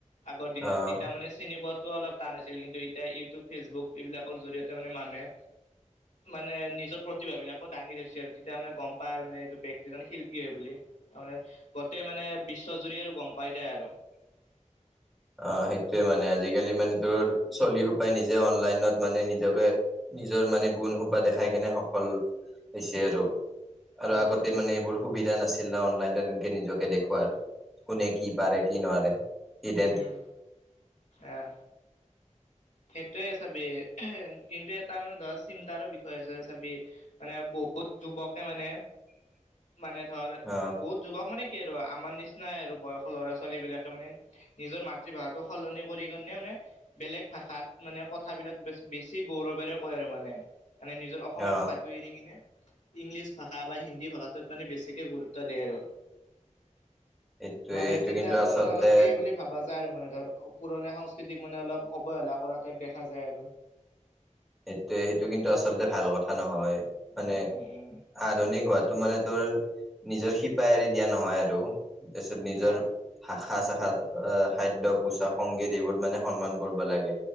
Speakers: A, on the left; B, in the centre.
A: আগৰ দিনত
B: আহ।
A: তেতিয়া মানে চিনি পোৱা তো অলপ টান হৈছিল, কিন্তু এতিয়া ইউটিউব ফেচবুক এইবিলাকৰ জৰিয়তে মানে মানুহে মানে নিজৰ প্ৰতিভাব বিলাকো দাঙি ধৰিছিল, আৰু তেতিয়া মানে গ'ম পাই, মানে এইটো ব্যক্তিজন শিল্পী হয় বুলি। মানে গোটেই মানে বিশ্বজুৰি আৰু গ'ম পাই যায় আৰু
B: <unintelligible> অ সেইটোয়ে মানে আজিকালি মানে তোৰ চলি সোপাই নিজে অনলাইনত মানে নিজকে, নিজৰ মানে গুণ সোপা দেখাই কেনে সফল হৈছে আৰু, আৰু
A: উম।
B: আগতে মানে এইবোৰ সুবিধা নাছিল না অনলাইন তেনেকে নিজকে দেখুৱা কোনে কি পাৰে কি নোৱাৰে ইড
A: উম আহ সেইটোৱে চাবি হে হে কিন্তু এটা মানে ধৰা চিন্তাৰ বিষয় আছে চাবি মানে বহুত যুৱকে মানে
B: <unintelligible>
A: মানে ধৰ
B: অ
A: বহুত যুৱক মানে কি আৰু আমাৰ নিচিনাই আৰু বয়সৰ ল'ৰা ছোৱালী বিলাকে মানে নিজৰ মাতৃভাষাটো সলনি কৰি কিনে মানে বেলেগ ভাষাত মানে কথাবিলাকে বেছি গৌৰৱেৰে কয় আৰু মানে মানে নিজৰ অসমীয়া
B: অ
A: ভাষাটো এৰি কিনে ইংলিছ ভাষা বা হিন্দী ভাষাটোত মানে বেছিকে গুৰুত্ব দিয়ে আৰু
B: সেইটোয়ে
A: মানে
B: সেইটো
A: তিতা
B: কিন্তু
A: আৰু
B: আচলতে
A: মানে অলপ সেই বুলি ভাবা যায় আৰু মানে ধৰ পুৰণা সংস্কৃতিক মানে অলপ অৱহেলা কৰা টাইপ দেখা যায় আৰু।
B: সেইটোয়ে সেইটো কিন্তু আচলতে ভাল কথা নহয় মানে
A: উম উম
B: আধুনিক হোৱাত। ত মানে তোৰ নিজৰ শিপায় এৰি দিয়া নহয় আৰু তাৰপিছত নিজৰ
A: অ
B: শাখা চ খাদ্য পোচাক সংগীত এইবোৰ মানে সন্মান কৰিব লাগে।